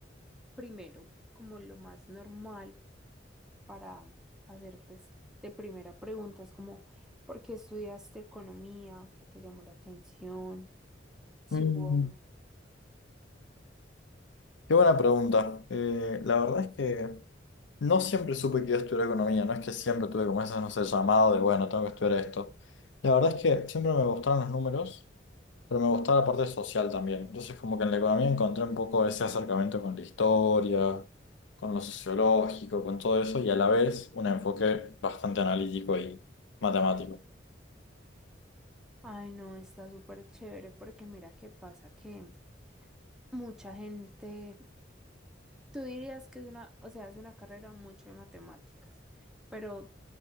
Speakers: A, in the centre; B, on the left.
A: primero, como lo más normal para hacer, pues, de primera pregunta, es como, ¿por qué estudiaste economía? ¿Qué te llamó la atención? Si
B: Mm,
A: hubo...
B: qué buena pregunta. Eh, la verdad es que no siempre supe que iba a estudiar economía. No es que siempre tuve como ese, no sé, llamado de, bueno, tengo que estudiar esto. La verdad es que siempre me gustaron los números, pero me gustaba la parte social también. Entonces, como que en la economía encontré un poco ese acercamiento con la historia, con lo sociológico, con todo eso, y a la vez un enfoque bastante analítico y matemático.
A: Ay, no, está súper chévere porque mira qué pasa que mucha gente Tú dirías que es una, o sea, es una carrera mucho de matemáticas, pero